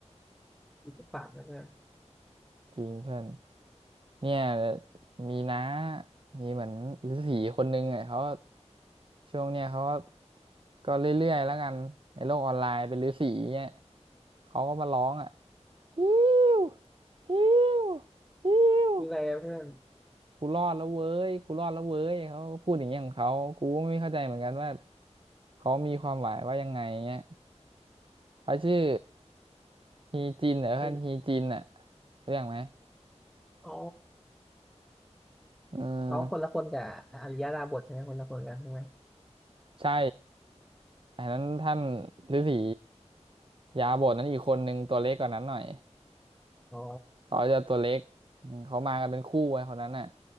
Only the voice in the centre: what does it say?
อีกฝันนะเพื่อน
คืออะไรอะเพื่อน
อริ
อ๋อ
เขาคนละคนกับอริยดาบทใช่ไหมคนละคนกันใช่ไหม
อ๋อ